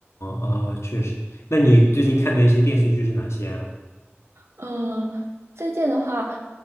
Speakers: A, on the left (about 80°); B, on the right (about 75°).
A: 哦，确实。那你最近看的一些电视剧是哪些啊？
B: 嗯，最近的话，